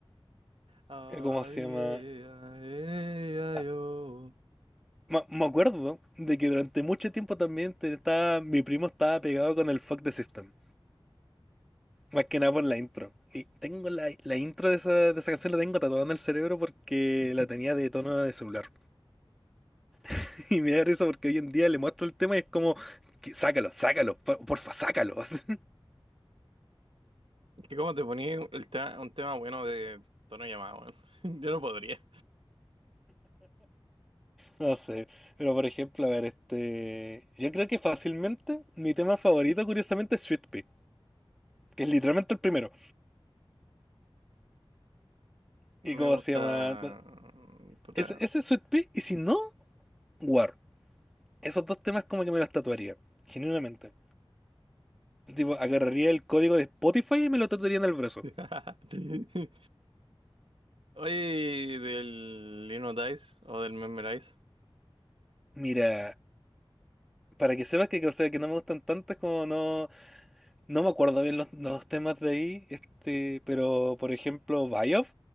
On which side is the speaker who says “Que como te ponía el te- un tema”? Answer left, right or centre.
Right